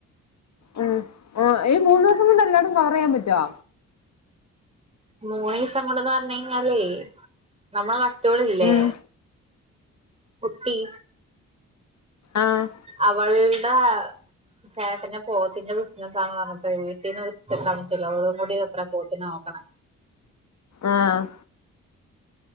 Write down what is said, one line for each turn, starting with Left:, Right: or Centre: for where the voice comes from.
Left: ഉം ഓ ഈ മൂന്ന് ദിവസം കൊണ്ട് എല്ലാടവും കവെറ് ചെയ്യാൻ പറ്റുവോ?
Right: മൂന്നു ദിവസംകൊണ്ട് എന്ന് പറഞ്ഞഞ് കഴിഞ്ഞാലേ നമ്മള മറ്റൊൾ ഇല്ലെ
Left: ഉം
Right: കുട്ടി
Left: ആഹ്
Right: അവൾടെ ചേട്ടെന് പോത്തിന്റെ ബിസ്നെസ്സാന്ന് പറഞ്ഞിട്ടേ. വീട്ടീന് വിട്ട് നിക്കാ പറ്റില്ല. ഓളും കൂടിയത്ര പോത്തിനെ നോക്കെണെ.
Left: ആഹ്